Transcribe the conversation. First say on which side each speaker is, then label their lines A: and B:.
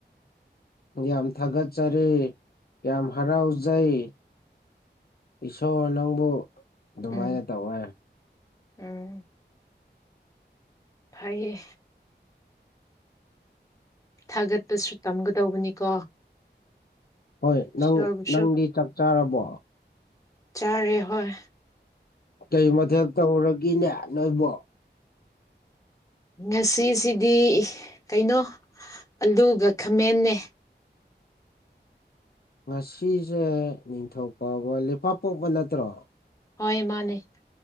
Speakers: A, on the left; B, on the left.
A: ꯌꯥꯝ ꯊꯥꯒꯠꯆꯔꯤ ꯌꯥꯝ ꯍꯔꯥꯎꯖꯩ ꯏꯁꯣꯔ ꯅꯪꯕꯨ ꯑꯗꯨꯃꯥꯏꯅ
B: ꯎꯝ
A: ꯇꯧꯋꯦ
B: ꯎꯝ ꯍꯥꯏꯌꯦ ꯊꯥꯒꯠꯄꯁꯨ ꯇꯝꯒꯗꯧꯕꯅꯤꯀꯣ
A: ꯍꯣꯏ ꯅꯪ
B: ꯏꯁꯣꯔꯕꯨꯁꯨ
A: ꯅꯪꯗꯤ ꯆꯥꯛ ꯆꯥꯔꯕꯣ
B: ꯆꯥꯔꯦ ꯍꯣꯏ
A: ꯀꯩ ꯃꯊꯦꯜ ꯇꯧꯔꯒꯤꯅꯦ ꯅꯣꯏꯕꯣ
B: ꯉꯁꯤꯁꯤꯗꯤ ꯀꯩꯅꯣ ꯑꯂꯨꯒ ꯈꯥꯃꯦꯟꯅꯦ
A: ꯉꯁꯤꯁꯦ ꯅꯤꯡꯊꯧꯀꯥꯕ ꯂꯩꯄꯥꯛꯄꯣꯛꯄꯥ ꯅꯠꯇ꯭ꯔꯣ
B: ꯍꯣꯏ ꯃꯥꯅꯦ